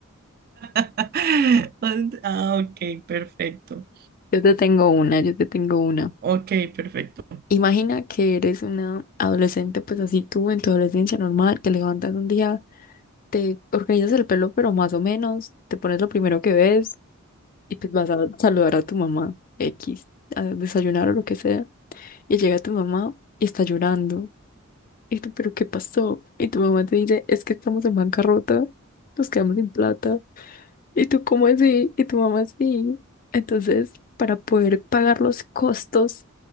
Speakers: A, on the right; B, on the left.
A: <laughs> Ah, ok, perfecto.
B: Yo te tengo una, yo te tengo una.
A: Ok, perfecto.
B: Imagina que eres una adolescente, pues así tú, en tu adolescencia normal, te levantas un día, te organizas el pelo, pero más o menos, te pones lo primero que ves y pues vas a saludar a tu mamá, X, a desayunar o lo que sea. Y llega tu mamá y está llorando. Y tú, ¿pero qué pasó? Y tu mamá te dice, es que estamos en bancarrota, nos quedamos sin plata. Y tú, ¿cómo así? Y tu mamá, sí. Entonces, para poder pagar los costos,